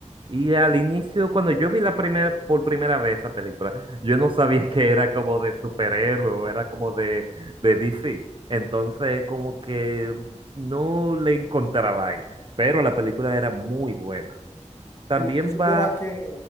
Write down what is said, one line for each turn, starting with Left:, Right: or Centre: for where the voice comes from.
Right: Y al inicio, cuando yo vi la primera, por primera vez esa película, yo no sabía que era como de superhéroe o era como de, de DC. Entonces, como que no le encontraba ahí. Pero la película era muy buena. También
Left: Y tú supieras
Right: va,
Left: que